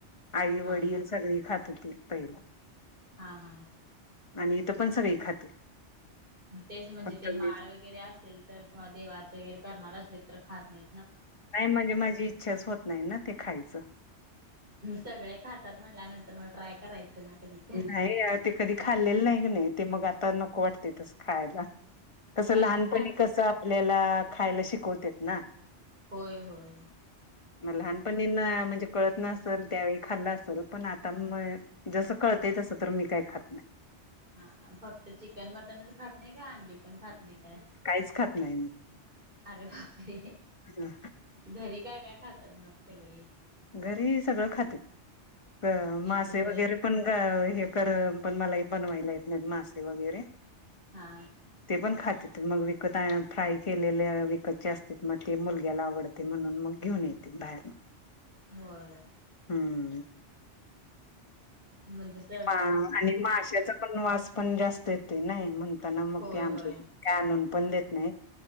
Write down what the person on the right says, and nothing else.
हा
हा
हा हा.
तेच म्हणजे
ते माळ
वगैरे असेल तर किंवा देवाच वगैरे करणार असले तर खात नाही.
सगळे खातात म्हणल्यानंतर मग ट्राय करायचं. ना कधी तर
काहीच
खात नाही
होय होय.
हा फक्त चिकन मटनच खात नाही का अंडी पण खात नाही.
अरे बापे
घरी काय काय, खातात मग सगळे.
चिकन
हा
होय.
म्हणजेस.
होय
होय